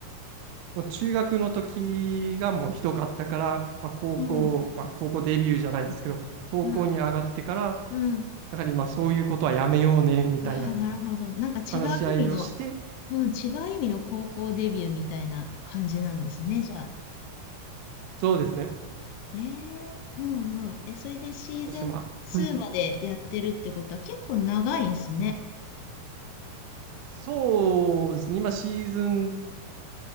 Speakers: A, on the right (about 80°); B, on the left (about 85°).
A: もう中学の時がもうひどかったから、まあ、高校、
B: うん、
A: まあ、高校デビューじゃないですけど、高校に上がってから、
B: うん、うん。
A: だから今そういうことはやめようね、みたいな
B: ああ、なるほど。なんか違う意味の、
A: 話し合いをして、
B: うん、違う意味の高校デビューみたいな感じなんですね、じゃあ。
A: そうですね。
B: ええうんうん。え、それでシーズン2までやってるってことは結構長いんすね。
A: そしてまあ、はい。そうですね。今シーズン2